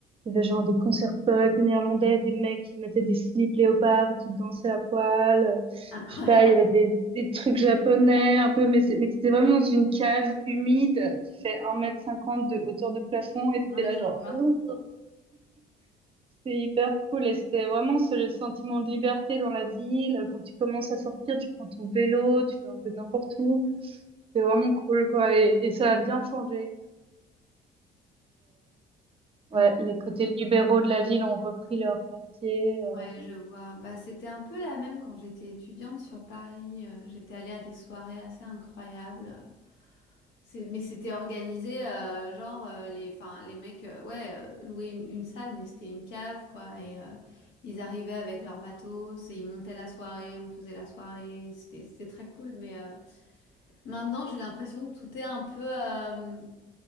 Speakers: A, on the right (about 35°); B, on the left (about 90°).
A: il y avait genre des concerts punk néerlandais, des mecs qui mettaient des slips léopards et qui dansaient à poil. euh,
B: Incroyable.
A: je sais pas, il y avait des, des trucs japonais un peu, mais c'est- mais t'étais vraiment dans une cave humide qui fait un mètre cinquante de hauteur de plafond et t'étais
B: Oui,
A: là
B: je
A: genre,
B: vois.
A: Ouh c'était hyper cool et c'était vraiment ce sentiment de liberté dans la ville. Quand tu commences à sortir, tu prends ton vélo, tu fais un peu n'importe où. C'est vraiment cool, quoi. Et, et ça a bien changé. Ouais,
B: Mm.
A: les côtés libéraux de la ville ont repris leur quartier. euh.
B: Ouais, je vois. Bah, c'était un peu la même quand j'étais étudiante sur Paris. Euh, j'étais allée à des soirées assez incroyables. C'est, mais c'était organisé, euh, genre, euh, les, enfin, les mecs, euh, ouais, euh, louaient une, une salle, mais c'était une cave, quoi. Et euh, ils arrivaient avec leur matos et ils montaient la soirée, on faisait la soirée. C'était, c'était très cool. Mais euh, maintenant, j'ai l'impression que tout est un peu, euh,